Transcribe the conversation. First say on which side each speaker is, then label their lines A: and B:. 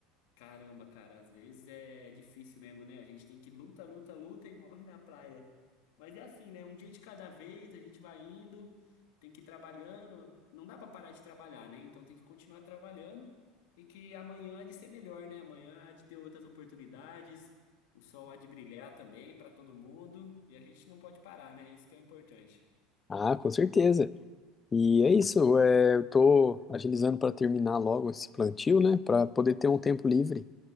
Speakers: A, on the left; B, on the left.
A: Caramba, cara, às vezes é, é difícil mesmo, né? A gente tem que luta, luta, luta e morre na praia. Mas é assim, né? Um dia de cada vez, a gente vai indo, tem que ir trabalhando. Não dá pra parar de trabalhar, né? Então tem que continuar trabalhando e que amanhã há de ser melhor, né? Amanhã há de ter outras oportunidades, o sol há de brilhar também para todo mundo e a gente não pode parar, né? Isso que é o importante.
B: Ah, com certeza. E é isso, é, eu tô agilizando para terminar logo esse plantio, né, para poder ter um tempo livre.